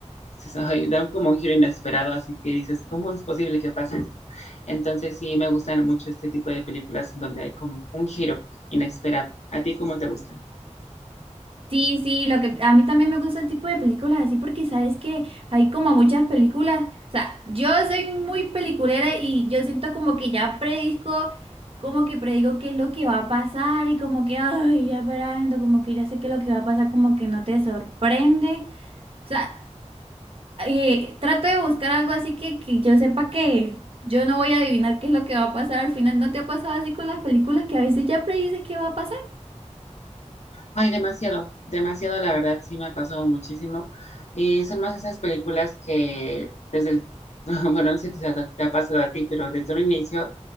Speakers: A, on the left (about 65°); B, on the right (about 50°).
A: se ay, dan <laughs> como un giro inesperado, así que dices, ¿cómo es posible que pase esto? Entonces sí me gustan mucho este tipo de películas en donde hay como un giro inesperado. ¿A ti cómo te gusta?
B: Sí, sí, lo que a mí también me gusta el tipo de películas así porque sabes que hay como muchas películas, o sea, yo soy muy peliculera y yo siento como que ya predisco, como que predigo qué es lo que va a pasar y como que, ay, ya esperando, como que ya sé qué es lo que va a pasar, como que no te sorprende. O sea, eh, trato de buscar algo así que, que yo sepa que yo no voy a adivinar qué es lo que va a pasar al final. ¿No te ha pasado así con las películas que a veces ya predices qué va a pasar?
A: Ay, demasiado, demasiado, la verdad, sí me ha pasado muchísimo. Y son más esas películas que desde el, <laughs> bueno, no sé si te ha, te ha pasado a ti, pero desde un inicio,